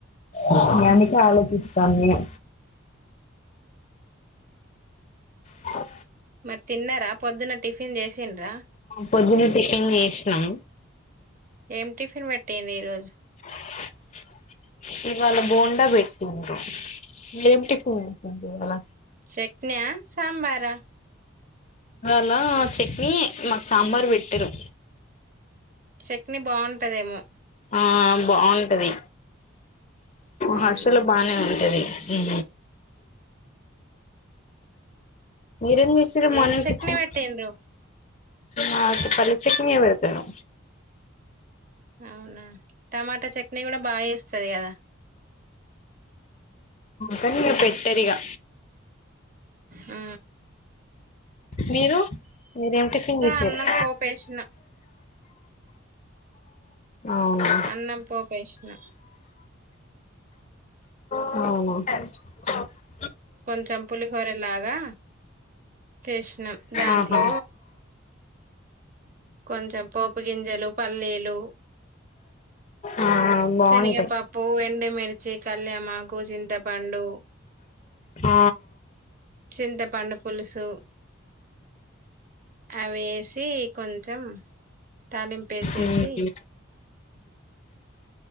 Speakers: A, on the left; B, on the right.
A: ఇగా అందుకే ఆలోచిస్తాన్న, ఇగా అ
B: మరి తిన్నారా పొద్దున్న టిఫిన్ చేసిండ్రా
A: పొద్దున టిఫిన్ చేసినాం
B: ఏం టిఫిన్ పెట్టింది, ఈ రోజు
A: <unintelligible> ఇవాళ బోండా పెట్టిండు మీరేమిటిఫిన్ చేసారు ఇవాళ,
B: చెక్నా, సాంబారా
A: ఇవాళ చట్నీ మాకు సాంబార్ పెట్టిరు.
B: చట్నీ బాగుంటదేమో
A: ఆ బాగుంటది
B: ఉమ్
A: హాస్టలా బానే ఉంటది. ఉ మీరేం చేసిర్రు మార్నింగ్
B: ఏం చట్నీ
A: టిఫిన్
B: పెట్టిండ్రు
A: ఆ ఉత్త పల్లి చట్నీ నే పెడతారు.
B: అవునా టమాటా చట్నీ కూడా బాగా చేస్తది కదా,
A: కాని పెట్టరిగా,
B: ఆ
A: మీరు మీరేం టిఫిన్ తీసిర్రు
B: అన్నం పోపేసినాం
A: అవునా
B: అన్నం పోపేసిన
A: ఆ
B: కొంచెం పులిహోరలాగా చేసినా దాంట్లో
A: ఆహా
B: కొంచెం పోపు గింజలు పల్లీలు
A: ఆ బాగుంటాయి
B: శనగపప్పు ఎండుమిర్చి కల్యామకుచింతపండు
A: ఆ
B: చింత పండు పులుసు అవేసి కొంచెం తలిింపు వేసేసి
A: ఉహు